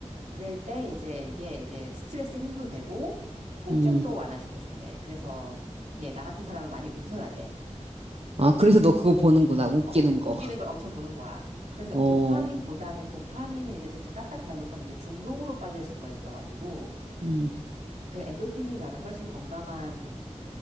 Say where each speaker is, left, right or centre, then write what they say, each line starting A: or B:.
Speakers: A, on the right; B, on the right.
A: 그럴 때 이제 이게 이제 스트레스 해소도 되고, 통증도
B: 음.
A: 완화시켜준대. 그래서 이게 나 같은 사람은 많이 웃어야 돼.
B: 아, 그래서 너 그거 보는구나. 웃기는
A: 어, 웃기는
B: 거.
A: 걸 엄청 보는 거야. 그래서
B: 어.
A: 도파민보다는 도파민은 이제 좀 까딱 잘못하면 이게 중독으로 빠질 수가 있어가지고,
B: 음.
A: 그 엔돌핀이 나는 훨씬 건강한